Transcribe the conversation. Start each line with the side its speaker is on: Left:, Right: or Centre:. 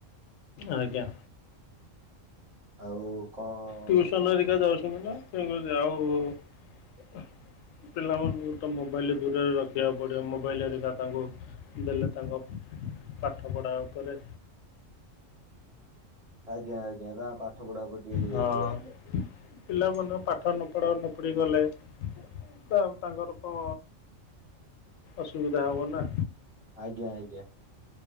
Left: ଆଜ୍ଞା।
Right: ଆଉ କଣ
Left: ଟିଉସନ ହେରିକା ଯାଉଛନ୍ତି ପା ତେଣୁକରି ଆଉ ପିଲାମାନଙ୍କୁ ତ ମୋବାଇଲ ଦୂରରେ ରଖିବାକୁ ପଡିବ ମୋବାଇଲ ହେରିକା ତାଙ୍କୁ ଦେଲେ ତାଙ୍କ ପାଠ ପଢ଼ା ଉପରେ
Right: ଆଜ୍ଞା, ଆଜ୍ଞା, ତାଙ୍କ ପାଠ ପଢା ଉପରେ ଟିକେ ଇଏ
Left: ହଁ,
Right: ହେଇଯିବ ଆଜ୍ଞା
Left: ପିଲାମାନଙ୍କୁ ପାଠ ନ ପଢା ପଢି କଲେ ତା ତାଙ୍କର ଙ୍କ ଅସୁବିଧା ହବ ନା।
Right: ଆଜ୍ଞା-ଆଜ୍ଞା।